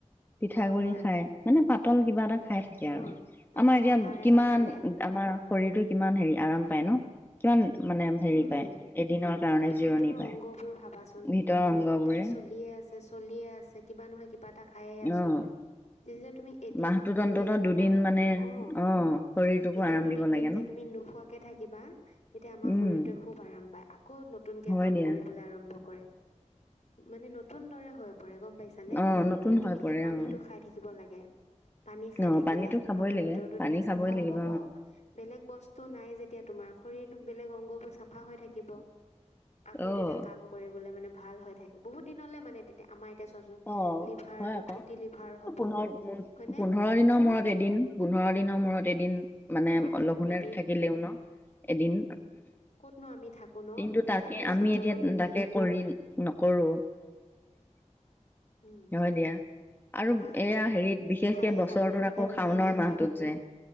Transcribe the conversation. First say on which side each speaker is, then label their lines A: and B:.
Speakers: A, on the left; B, on the left.
A: পিঠাগুৰি
B: হয় হয়
A: খাই মানে পাতল কিবা এটা খাই থাকে
B: অ
A: আৰু
B: পাতল
A: আমাৰ এতিয়া
B: আহাৰ এটা
A: কিমান
B: খালে
A: আমাৰ শৰীৰটোৱে কিমান হেৰি আৰাম পায় ন কিমান মানে হেৰি
B: উম
A: পায় এদিনৰ কাৰণে
B: এই
A: জিৰণি
B: ভিতৰৰ
A: পায়
B: অংগবোৰ ভাবাচোন
A: ভিতৰৰ অংগবোৰে
B: সদায় চলিয়ে আছে চলিয়ে আছে কিবা নহয় কিবা এটা খাইয়ে আছো
A: অ
B: তেতিয়া তুমি এদিন
A: মাহটোত
B: মানে
A: অন্তত দুদিন
B: আমাৰ
A: মানে
B: অ
A: অঁ শৰীৰটোকো
B: এদিন
A: আৰাম
B: দুদিন
A: দিব লাগে
B: তেতিয়া
A: ন
B: তুমি নু নোখোৱাকে থাকিবা তেতিয়া আমাৰ
A: উম
B: শৰীৰটোৱে খুব আৰাম পায় আকৌ নতুনকে
A: হয়
B: কাম
A: দিয়া
B: কৰিবলৈ আৰম্ভ কৰে মানে নত নতুনদৰে হৈ পৰে গম পাইছানে
A: অঁ
B: কিন্তু
A: নতুন হৈ
B: তুমি
A: পৰে
B: সেই পানীটো
A: অঁ
B: খাই থাকিব লাগে পানী খাই
A: অঁ
B: থাকিলে
A: পানীটো খাবই
B: আমাৰ
A: লাগে
B: ভিতৰতো
A: পানী
B: তেতিয়া
A: খাবই
B: চাফাও
A: লাগিব
B: হব বেলেগ বস্তু নাই যেতিয়া তোমাৰ শৰীৰ বেলেগ অংগ বোৰ চাফা হৈ থাকিব আকৌ
A: অঁ অঁ
B: তেতিয়া কাম কৰিবলে মানে ভাল হৈ থাকে বহুত দিনলৈ মানে তেতিয়া আমাৰ এতিয়া চোৱাচোন
A: অ
B: লিভাৰটো
A: হয় আকৌ
B: ফেটি লিভাৰ হ'ব
A: পোন্ধৰ
B: হয়নে
A: পোন্ধৰ দিনৰ মূৰত এদিন পোন্ধ পোন্ধৰ দিনৰ মূৰত এদিন মানে
B: অ
A: লঘোণে
B: এদিন
A: থাকিলেও ন এদিন
B: ক'তনো আমি থাকো ন
A: কিন্তু
B: নাথাকোৱেচোন
A: তাকে আমি
B: মনতে
A: এতিয়া
B: নাই
A: তাকে কৰি নকৰো <unintelligible>
B: উম
A: হয় দিয়া আৰু
B: হয়
A: এয়া
B: হয়
A: হেৰিত বিশেষকে
B: খায়ে
A: বছৰটোত
B: থাকো এনি
A: আকৌ
B: টাইম
A: শাওণৰ
B: যি টি খাই
A: মাহটোত
B: থাকো
A: যে